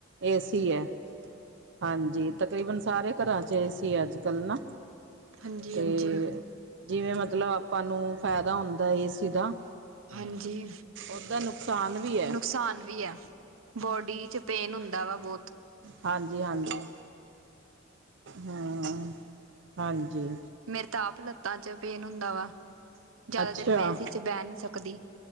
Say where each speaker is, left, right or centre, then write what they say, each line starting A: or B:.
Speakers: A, on the right (about 60°); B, on the right (about 80°).
A: ਏਸੀ ਹੈ ਹਾਂਜੀ ਤਕਰੀਬਨ ਸਾਰੇ ਘਰਾਂ 'ਚ ਏ ਸੀ ਅੱਜ ਕੱਲ ਨਾ
B: ਹਾਂਜੀ
A: ਤੇ
B: ਹਾਂਜੀ
A: ਜਿਵੇਂ ਮਤਲਬ ਆਪਾਂ ਨੂੰ ਫਾਇਦਾ ਹੁੰਦਾ ਏ ਸੀ ਦਾ
B: ਹਾਂਜੀ
A: ਓਦਾ ਨੁਕਸਾਨ ਵੀ ਐ
B: ਨੁਕਸਾਨ ਵੀ ਹੈ। ਬੋਡੀ ਚ ਪੇਨ ਹੁੰਦਾ ਵਾ ਬਹੁਤ।
A: ਹਾਂਜੀ ਹਾਂਜੀ ਹਮ ਹਾਂਜੀ।
B: ਮੇਰੇ ਤਾਂ ਆਪ ਲੱਤਾਂ ਚ ਪੇਨ ਹੁੰਦਾ ਵਾ ਜ਼ਿਆਦਾ
A: ਅੱਛਾ
B: ਦੇਰ ਮੈਂ ਇਸੀ ਚ ਬਹਿ ਨਹੀਂ ਸਕਦੀ।